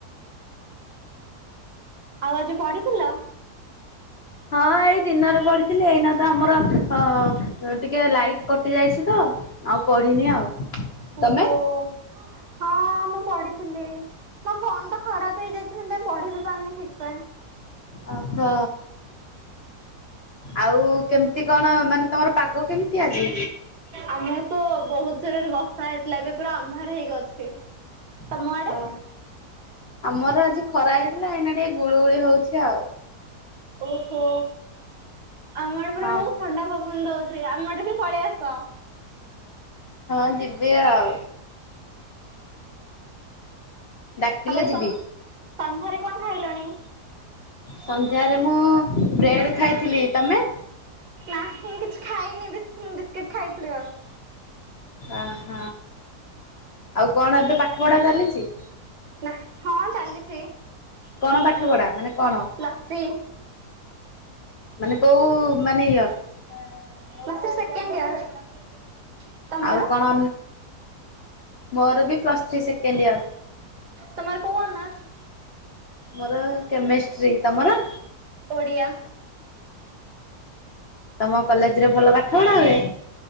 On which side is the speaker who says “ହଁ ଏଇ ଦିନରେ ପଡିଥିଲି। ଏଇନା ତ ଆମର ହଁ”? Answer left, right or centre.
Left